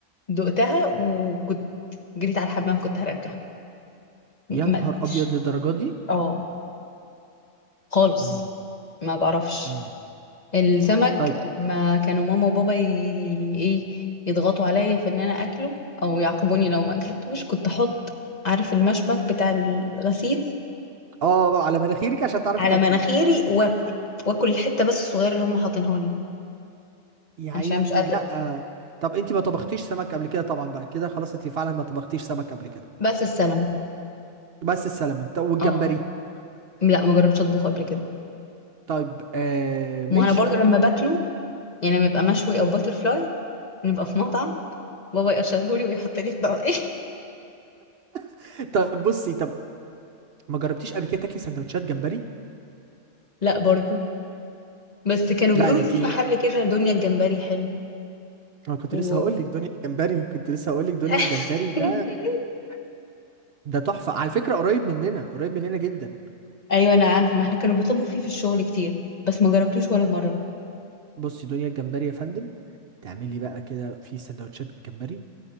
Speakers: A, on the left; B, on the right.
A: دقتها وكنت جريت على الحمام كنت هرجعها ما
B: يا نهار
A: قدرتش.
B: ابيض للدرجه دي
A: اه خالص
B: مم.
A: ما بعرفش
B: مم.
A: السمك
B: طيب
A: لما كانوا ماما وبابا ي... ايه يضغطوا عليا في ان انا اكله او يعاقبوني لو ما اكلتوش كنت احط عارف المشبك بتاع الغسيل
B: اه بقى على مناخيرك عشان تعرفي
A: على
B: تاكلي
A: مناخيري واكل واكل الحته بس الصغيره اللي هم حاطينها لي
B: يا عيني
A: عشان مش قادره
B: لا طب انت ما طبختيش سمك قبل كده طبعا بقى كده خلاص انت فعلا ما طبختيش سمك قبل كده
A: بس السلمون
B: بس السلمون طب والجمبري
A: اه لا ما جربتش اطبخه قبل كده
B: طيب آه ماشي
A: ما انا برضو
B: اوكي
A: لما باكله يعني لما يبقى مشوي او باتر فلاي نبقى في مطعم بابا يقشرهولي ويحط لي في بقى
B: <laughs> طب بصي طب ما جربتيش قبل كده تاكلي سندوتشات جمبري
A: <laughs> لا برضو بس كانوا بيقولوا
B: لا انت
A: في محل كده دنيا الجمبري حلو
B: انا كنت
A: و...
B: لسه هقول لك دنيا الجمبري كنت لسه هقول لك دنيا
A: <laughs>
B: الجمبري ده ده تحفه على فكره قريب مننا قريب مننا جدا
A: ايوه انا عارفه ما احنا كانوا بيطلبوا فيه في الشغل كتير بس ما جربتوش ولا مره
B: بصي دنيا الجمبري يا فندم تعملي بقى كده في سندوتشات جمبري